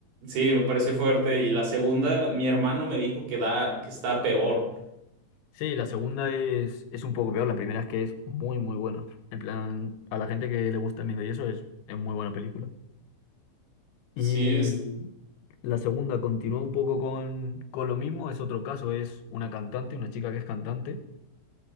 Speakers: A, on the right; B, on the left.
A: sí, me pareció fuerte. Y la segunda, mi hermano me dijo que da, que está peor.
B: Sí, la segunda es, es un poco peor. La primera es que es muy, muy buena. En plan, a la gente que le gusta el miedo y eso es, es muy buena película.
A: Sí,
B: Y la segunda continúa un poco con, con lo mismo, es otro caso, es una cantante, una chica que es cantante,